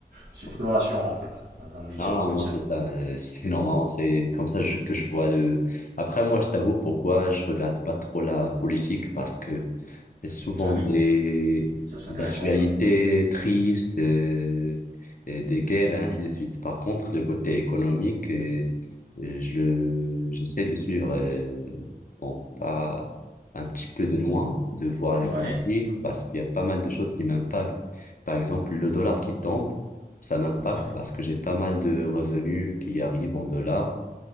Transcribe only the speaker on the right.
C'est
plutôt rassurant, en fait, d'entendre des discours
comme
ça.
Ah oui,
ça, c'est
intéressant,
ça.
Ouais,
ouais,